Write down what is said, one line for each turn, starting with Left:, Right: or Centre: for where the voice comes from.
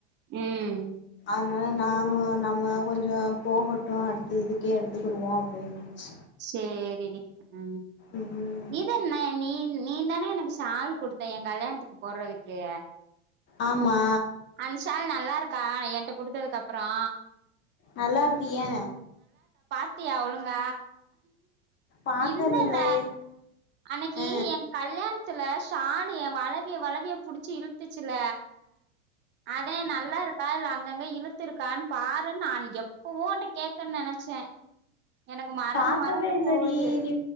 Right: ம்
Left: அத்னால நானு நம்ம கொஞ்சொ போஹட்டு அடுத்து இதுக்கே எடுத்துக்குடுவோ அப்டின்ச்சி
Right: சேரி டி ம்
Left: ம்
Right: இதென்ன நீ நீ தான எனக்கு ஷால் குடுத்த ஏங் கல்யாண்த்துக்கு போர்றதுக்கு
Left: ஆமா
Right: அன்ஷால் நல்லா இருக்கா என்ட குடுததுக்கு அப்றோ
Left: நல்லா இருக்கு ஏ
Right: த்தி அவ்ளுங்க
Left: பாக்கறது
Right: இல்லல்ல
Left: இல்லயே
Right: அன்னைக்கி
Left: ஆ
Right: என் கல்யாண த்துல சாலு ஏ வளவிய வளவிய புடிச்சு இழுத்துச்சுல அதே நல்லா இருக்கா இல்ல அங் அங்கங்க இழுத்து இருகானு பாருனு நா அன் எப்பவோ ஒன்ட கேகனு நெனச்சே எனக்கு மறந்து
Left: பாக்கவே
Right: மறந்து
Left: இல்லடி
Right: போவுது
Left: நீ